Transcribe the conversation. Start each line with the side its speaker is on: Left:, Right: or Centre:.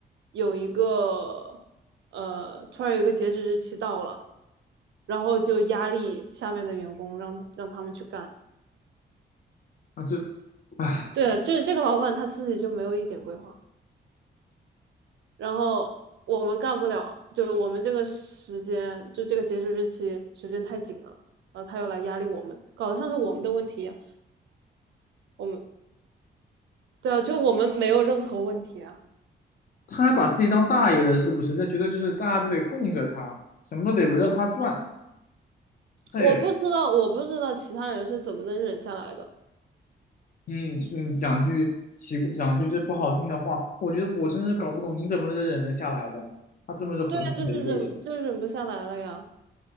Right: 有一个呃，突然有一个截止日期到了，然后就压力下面的员工让他让他们去干。
Left: 那这。哎。
Right: 对啊，就是这个老板他自己就没有一点规划，然后我们干不了，就我们这个时间就这个截止日期时间太紧了，然后他又来压力我们，搞得像是我们的问题一样。我们对啊，就我们没有任何问题啊。
Left: 他还把自己当大爷了，是不是？他觉得就是大家都得供着他，什么都得围着他转。嘿，
Right: 我不知道，我不知道其他人是怎么能忍下来的。
Left: 嗯嗯，讲句奇，讲句这不好听的话，我觉得我真是搞不懂你怎么能忍得下来的。他这么是混蛋的一个人。
Right: 对啊，就是忍，就忍不下来了呀。